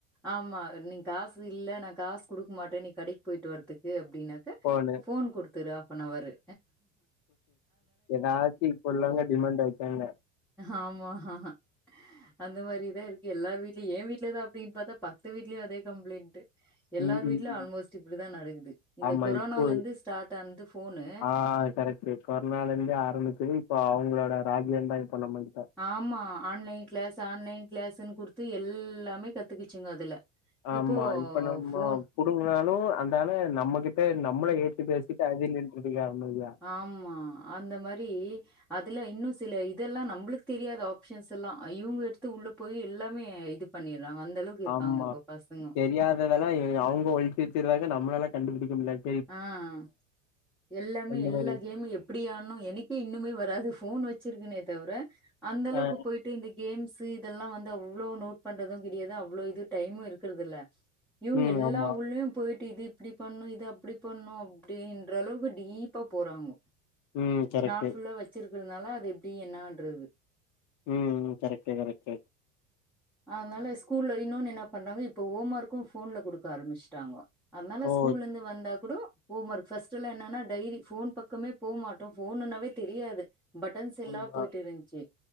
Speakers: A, in the centre; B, on the left.
A: ஆமா நீங் காசு இல்ல நா காசு குடுக்க மாட்ட நீ கடைக்கு போயிட்டு வர்றதுக்கு அப்டின்ன டு
B: ஃபோனு.
A: ஃபோன் கொடுத்துரு ஹாஃபனவரு
B: ஏதாச்சு இப்ப உள்ளவங்க
A: போது.
B: டிமாண்ட் ஆயிட்டாங்க
A: ஆமா ஹ ஹ அந்த மாரிதா இருக்கு எல்லார் வீட்லியு எ வீட்லதா அப்டின்னு பத்தா பத்து வீட்லியு அதே கம்ப்ளைண்ட் எல்லார்
B: ம், ம்,
A: வீட்ல
B: ம்.
A: ஆல்மோஸ்ட் இப்பிடிதா நடக்குது இந்த
B: ஆமா
A: கொரோனாலிருந்து
B: இப்போ
A: ஸ்டார்ட் ஆனது ஃபோனு
B: ஆ கரெக்ட் இது கொரனாலிந்து ஆரம்பிச்சது இப்போ அவங்களோட ராஜியம் தா இப்ப நம்ப
A: ஆமா ஆன்லைன் கிளாஸ் ஆன்லைன் கிளாஸ்ன்னு குடுத்து எல்லாமே கத்துக்கிச்சுங்க அதுல
B: ஆமா
A: இப்போ
B: இப்ப நம்ம
A: ஃபோன்
B: புடுங்கனாலு அந்தால நம்மகிட்ட நம்மள ஏத்து பேசிட்டு அது நின்ட்ருக்குடா அமேதியா
A: ஆமா அந்த மாரி அதுல இன்னு சில இதெல்லா நம்ளுக்கு தெரியாது ஆப்ஷன்ஸ் எல்லா இவங்க எடுத்து உள்ள போயி எல்லாமே இது பண்ணிர்றாங்க அந்த அளவுக்கு இருக்காங்க
B: ஆமா
A: இப்ப பசங்க
B: <unintelligible> அவங்க ஒளிச்சி வெச்சிருந்தாங்க நம்மளால கண்டுபுடிக்க முடியாது
A: ஆ ஆ எல்லாமே
B: அந்த
A: எல்லா
B: மாரி
A: கேம் எ ப்டியானு எனக்கே இன்னுமே வராது ஃபோன் வச்சிருக்குனே தவிர அந்த அளவுக்கு
B: ஆ
A: போயிட்டு இந்த கேம்ஸ்ஸு இதெல்லா வந்து அவ்ளோ நோட் பண்றது கெடையாது அவ்ளோ இது டைமு இருக்குறதில்ல இவங்க
B: ம்
A: எல்லா
B: ஆமா
A: உள்ளையு போயிட்டு இது இப்டி பண்ணும் இது அப் அப்டி பண்ணும் அப்டின்ற அளவுக்கு டீப்பா போறாங்க
B: ம் கரெக்ட்டு
A: நாள் ஃபுல்லா வச் வச்சிருக்கிறனால அது எப்டி என்னான்றது
B: ம் ம் கரெக்ட்டு கரெக்ட்டு
A: அதனால ஸ்கூல்ல இன்னொன்னு என்னா பண்ணாங்க இப்ப ஹோம் ஒர்க்கு ஃபோன்ல குடுக்க ஆரம்பிச்சுட்டாங்கோ அத்னால
B: ஓ
A: ஸ்கூல்லந்து வந்தா கூடொ ஹோம் வொர்க் ஃபஸ்ட்டெல்லா என்னன்னா டைரி ஃபோன் பக்கமே போமாட்டோ ஃபோன்னுன்னாவே தெரியாது பட்டன்ஸ் செல்லா
B: ஆமா
A: போயிட்டுருந்துச்சு